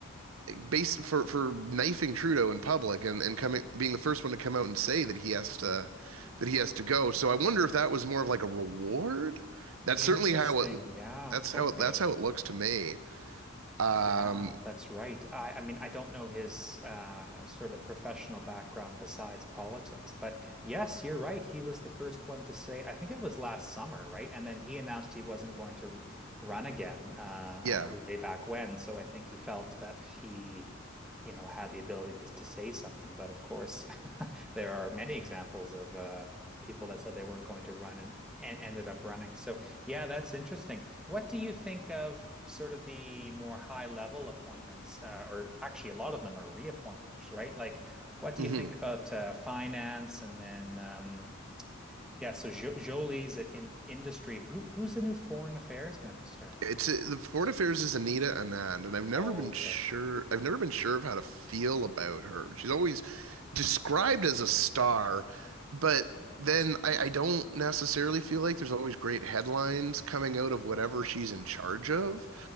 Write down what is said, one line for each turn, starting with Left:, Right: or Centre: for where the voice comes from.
Right: base for for knifing Trudeau in public and and coming being the first one to come out and say that he has to that he has to go. So I wonder if that was more of like a reward. That's
Centre: Interesting.
Right: certainly how it.
Centre: Yeah.
Right: That's
Centre: Okay.
Right: how that's how it looks to me. Um,
Centre: Yeah, that's right. I, I mean, I don't know his uh, sort of professional background besides politics, but yes, you're right. He was the first one to say it. I think it was last summer, right? And then he announced he wasn't going to run again uh,
Right: yeah.
Centre: way back when. So I think he felt that he, you know, had the ability to, to say something. But of course, <laughs> there are many examples of uh, people that said they weren't going to run and, and ended up running. So yeah, that's interesting. What do you think of sort of the more high level appointments, uh, or actually a lot of them are reappointments, right? Like, what do
Right: hmm
Centre: you think about uh, finance and then, um, yeah, so jo Jolie's at in industry. Who who's the new foreign affairs minister?
Right: It's uh, the Foreign Affairs is Anita Anand, and I've never
Centre: Oh,
Right: been
Centre: okay,
Right: sure. I've never been sure of how to feel about her. She's always described as a star, but then I, I don't necessarily feel like there's always great headlines coming out of whatever she's in charge of.